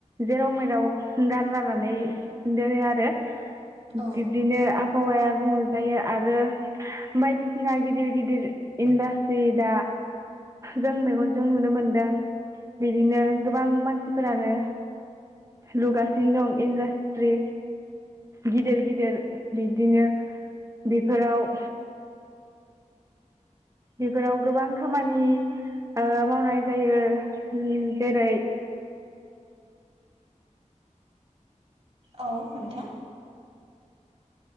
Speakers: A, on the right; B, on the right.
A: जेराव मेराव गारलानानै दोनो आरो बिब्दिनो
B: औ
A: आब हावाया गुबुंले जायो आरो बायदिसिना गिदिर गिदिर इन्डास्ट्रि दा जों मेगनजों नुनो मोनदों बिदिनो गोबां मानसिफोरानो लुगासिनो दं इन्डास्ट्रि। गिदिर गिदिर बिदिनो बेफोराव बेफोराव गोबां खामानि ओ मावनाय जायो, जेरै
B: औ नोंथां।